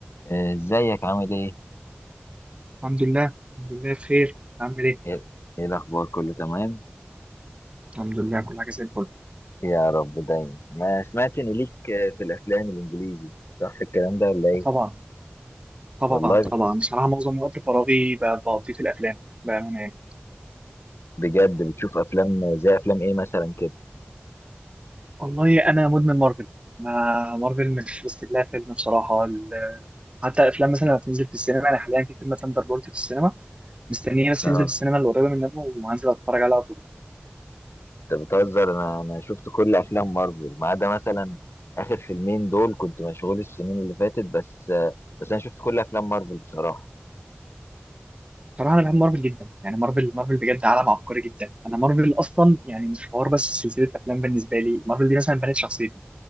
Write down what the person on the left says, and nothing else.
آه، ازيك عامل ايه؟
ايه إيه الاخبار كله تمام؟
يا رب دايما انا سمعت ان ليك آه، في الافلام الانجليزي صح الكلام ده ولا ايه؟
والله
بجد بتشوف افلام زي افلام ايه مثلا كده؟
اه
انت بتهزر انا انا شفت كل افلام مارفل ما عدا مثلا اخر فيلمين دول كنت مشغول السنين اللي فاتت بس آه، بس انا شفت كل افلام مارفل بصراحة